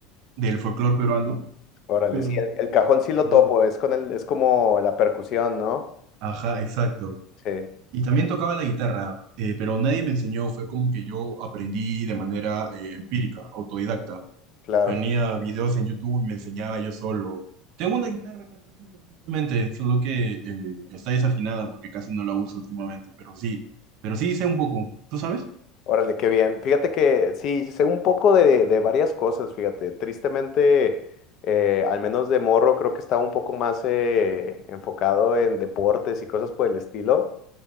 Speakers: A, on the right; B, on the left.
A: del folclore peruano,
B: Órale.
A: pero,
B: Sí, el, el cajón sí lo
A: pero,
B: topo, es con el, es como la percusión, ¿no?
A: ajá, exacto.
B: Sí,
A: Y también tocaba la guitarra, eh, pero nadie me enseñó, fue como que yo aprendí de manera eh, empírica, autodidacta.
B: claro.
A: ponía videos en YouTube y me enseñaba yo solo. Tengo una guitarra acá atrás mío, justamente, solo que eh, está desafinada porque casi no la uso últimamente, pero sí, pero sí sé un poco. ¿Tú sabes?
B: Órale, qué bien. Fíjate que sí, sí sé un poco de, de varias cosas, fíjate. Tristemente, eh, al menos de morro, creo que estaba un poco más eh, enfocado en deportes y cosas por el estilo.